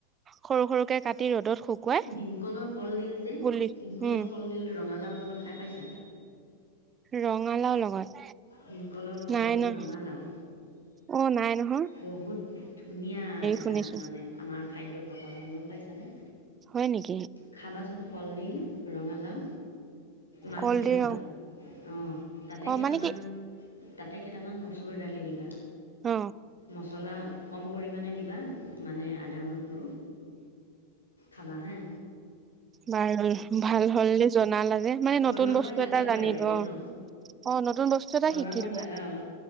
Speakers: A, on the right; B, on the left.
A: সৰু সৰুকে কি ৰ'দত শুকুৱাই
B: ভীমকলৰ কলডিল যে
A: পুলি
B: ভীমকলৰ
A: উম
B: কলডিল ৰঙালাওৰ লগত খাই পাইছো।
A: ৰঙালাও লগত
B: ভীমকলৰ কলডিল
A: নাই নহ
B: ৰঙালাও
A: অ নাই ন
B: বহুত ধুনীয়া এটা
A: শুনিছো
B: মানে আমাৰ খাদ্য প্ৰ ঘৰম গম পাইছানে?
A: হয় নেক
B: খাবাচোন কলডিল ৰঙালাও মাছ
A: কলডিল
B: দি খাবা অ তাতে
A: অ
B: কেইটামান
A: মানে কি
B: তাতে কেইটামান মচুৰ দালি দিবা।
A: অ
B: মছলা কম পৰিমাণে দিবা। মানে আদা নহৰু খাবা হে
A: বাৰ ভাল হলেলে জনা লাগে। মানে
B: বনোৱা
A: নতুন বস্তু
B: কৰাত লাগাগৈ
A: এটা জানিলো
B: আৰু এতিয়া
A: অ
B: ন
A: অ নতুন বস্তু এটা
B: বনোৱা
A: শিকিলো
B: কৰাত লাগা আৰু